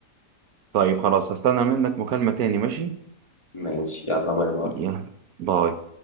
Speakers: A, on the right (about 65°); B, on the left (about 20°).
A: طيب خلاص هستنى منك مكالمة تاني ماشي
B: ماشي يلا باي باي
A: يلا باي